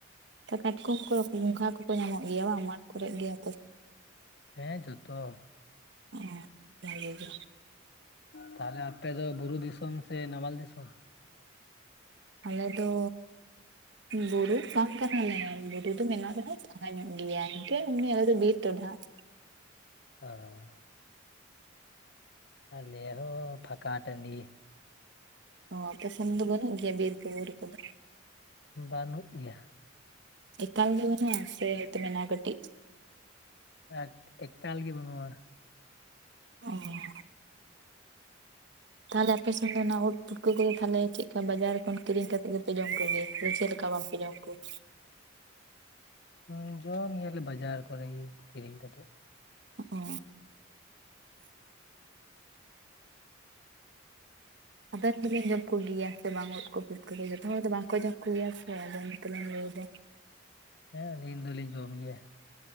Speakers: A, on the right; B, on the left.
A: ᱠᱟᱴᱠᱚᱢ ᱠᱚ ᱜᱚᱸᱜᱷᱟ ᱠᱚᱠᱚ ᱧᱟᱢᱚᱜ ᱜᱮᱭᱟ ᱵᱟᱝ? ᱢᱟᱴᱼᱼ ᱴ ᱠᱚᱨᱮᱜ ᱜᱮᱭᱟ
B: ᱦᱮᱸ ᱡᱚᱛᱚ
A: <unintelligible> ᱵᱷᱟᱜᱤ ᱜᱮ᱾
B: ᱛᱟᱦᱚᱞᱮ ᱟᱯᱮ ᱫᱚ ᱵᱩᱨᱩ ᱫᱤᱥᱚᱢ ᱥᱮ ᱱᱟᱢᱟᱞ ᱫᱤᱥᱚᱢ?
A: ᱟᱞᱮ ᱫᱚ ᱵᱩᱨᱩ ᱵᱟᱝ ᱠᱟᱱᱟᱞᱮ ᱟᱞᱮ ᱵᱩᱨᱩ ᱫᱚ ᱢᱮᱱᱟᱜ ᱨᱮᱦᱚᱸ ᱾ ᱥᱟᱦᱟ ᱧᱚᱜ ᱜᱮᱭᱟ, ᱤᱱᱠᱟᱹ ᱮᱢᱱᱤ ᱟᱞᱮ ᱫᱚ ᱵᱤᱨ <unintelligible>
B: ᱦᱮᱸ᱾ ᱟᱞᱮ ᱦᱚᱸ ᱯᱷᱟᱠᱟ ᱴᱟᱺᱰᱤ᱾
A: ᱚ ᱟᱯᱮ ᱥᱮᱱ ᱫᱚ ᱵᱟᱹᱱᱩᱜ ᱜᱮᱭᱟ ᱵᱤᱨ ᱠᱚ ᱵᱩᱨᱩ ᱠᱚᱫᱚ?
B: ᱵᱟᱹᱱᱩᱜ ᱜᱮᱭᱟ᱾
A: ᱮᱠᱟᱞ ᱜᱮ ᱵᱟᱹᱱᱩᱜᱼᱟ ᱥᱮ? <inaudible> ᱠᱟᱹᱴᱤᱡ᱾
B: ᱮᱠ ᱮᱠᱟᱞ ᱜᱤ ᱵᱚᱱᱩᱣᱟ᱾
A: <unintelligible> ᱛᱟᱦᱚᱞᱮ ᱟᱯᱮᱥᱮᱱ ᱫᱚ ᱚᱱᱟ ᱩᱫ ᱯᱷᱩᱴᱠᱟᱹ ᱠᱚᱫᱚ ᱛᱟᱦᱚᱞᱮ ᱪᱮᱫ ᱞᱮᱠᱟ ᱵᱟᱡᱟᱨ ᱠᱷᱚᱱ ᱠᱤᱨᱤᱧ ᱠᱟᱛᱮ ᱜᱮᱯᱮ ᱡᱚᱢ ᱠᱚᱜᱮ ᱥᱮ ᱪᱮᱫ ᱞᱮᱠᱟ? ᱜᱚᱝᱼᱼ <unintelligible>
B: ᱸ ᱡᱚᱢ ᱜᱮᱭᱟᱞᱮ ᱵᱟᱡᱟᱨ ᱠᱚᱨᱮᱜᱮ ᱠᱤᱨᱤᱧ ᱠᱟᱛᱮᱜ᱾
A: ᱚᱻ ᱟᱵᱮᱱ ᱫᱚᱵᱮᱱ ᱡᱚᱢ ᱠᱚᱜᱮᱭᱟ ᱥᱮ ᱵᱟᱝ ᱩᱫ ᱠᱚ ᱯᱩᱛᱠᱟᱹ ᱠᱚ᱾ ᱡᱚᱛᱚ ᱦᱚᱲ ᱫᱚ ᱵᱟᱝᱠᱚ ᱡᱚᱢ ᱠᱚᱜᱮᱭᱟ ᱥᱮ ᱟᱫᱮᱱ᱾ <unintelligible>
B: ᱦᱮᱸ ᱟᱹᱞᱤᱧ ᱫᱚᱞᱤᱧ ᱡᱚᱢ ᱜᱮᱭᱟ